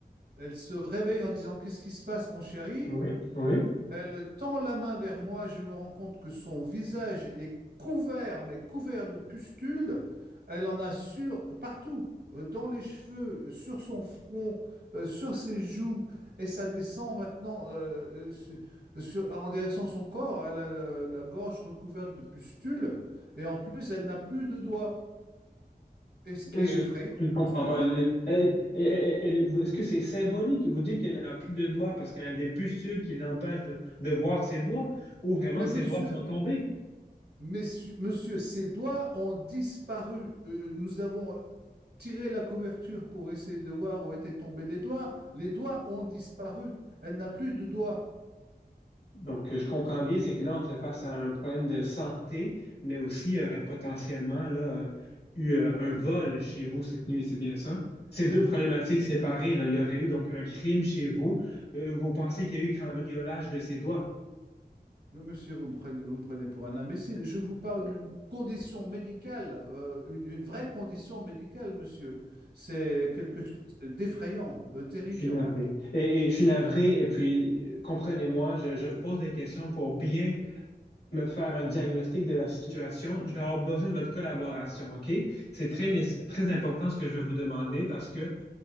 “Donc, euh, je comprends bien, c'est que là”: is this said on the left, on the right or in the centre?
Left